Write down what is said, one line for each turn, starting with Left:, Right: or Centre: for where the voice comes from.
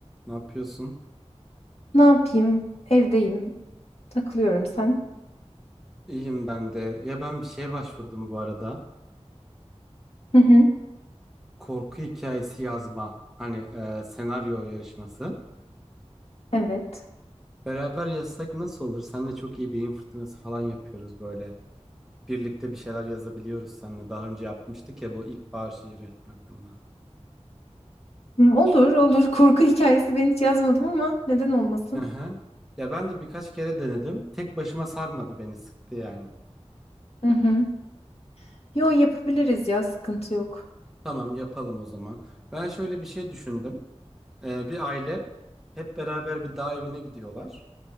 Centre: Ne yapıyorsun?
Left: Ne yapayım? Evdeyim. Takılıyorum sen.
Centre: İyiyim ben de. Ya ben bir şeye başvurdum bu arada.
Left: Hı hı.
Centre: Korku hikayesi yazma. Hani e, senaryo yarışması.
Left: Evet.
Centre: Beraber yazsak nasıl olur? Seninle çok iyi beyin fırtınası falan yapıyoruz böyle. Birlikte bir şeyler yazabiliyoruz seninle. Daha önce yapmıştık ya bu ilkbahar şiiri hakkında.
Left: Hmm, Olur, olur. Korku hikayesi ben hiç yazmadım ama neden olmasın?
Centre: Hı hı. Ya ben de birkaç kere denedim. Tek başıma sarmadı beni sıktı yani.
Left: Hı hı. Yo yapabiliriz ya, sıkıntı yok.
Centre: Tamam yapalım o zaman. Ben şöyle bir şey düşündüm. E, bir aile hep beraber bir dağ evine gidiyorlar.